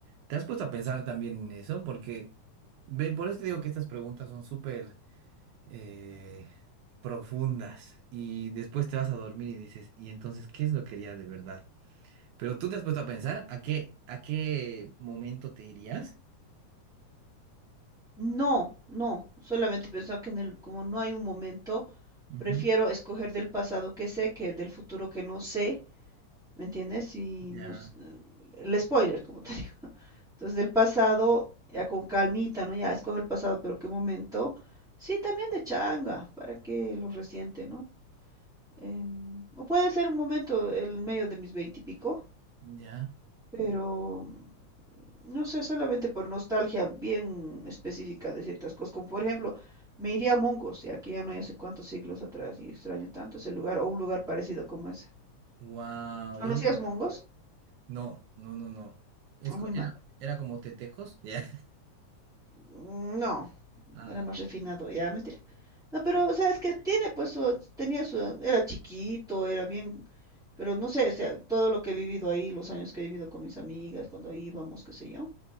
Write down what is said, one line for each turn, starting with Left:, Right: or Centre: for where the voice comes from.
Right: ¿Te has puesto a pensar también en eso? Porque, ve, por eso te digo que estas preguntas son súper eh, profundas y después te vas a dormir y dices, ¿y entonces qué es lo que quería de verdad? Pero tú te has puesto a pensar a qué, a qué momento te irías.
Centre: No, no, solamente pensaba que en el, como no hay un momento,
Right: Ujú.
Centre: prefiero escoger del pasado que sé que del futuro que no sé, ¿me entiendes? Y
Right: Ya,
Centre: nos, el spoiler, como te <laughs> digo. Entonces del pasado, ya con calmita, ¿no? Ya escojo el pasado, pero qué momento. Sí, también de changa, para que lo resiente, ¿no? Em, o puede ser un momento en medio de mis veintipico,
Right: ya.
Centre: pero No sé, solamente por nostalgia bien específica de ciertas cosas, como por ejemplo, me iría a Mongos, y aquí ya no hay hace cuántos siglos atrás, y extraño tanto ese lugar, o un lugar parecido como ese.
Right: Wow,
Centre: ¿Conocías
Right: yo
Centre: Mongos?
Right: no, no, no, no. Es,
Centre: Ah,
Right: co-
Centre: muy mal.
Right: era, era como tetecos. <laughs> Ya.
Centre: Mm, No,
Right: Ah,
Centre: era más refinado, ya, mentira. No, pero, o sea, es que tiene, pues, su- tenía su, era chiquito, era bien, pero no sé, o sea, todo lo que he vivido ahí, los años que he vivido con mis amigas, cuando íbamos, qué sé yo,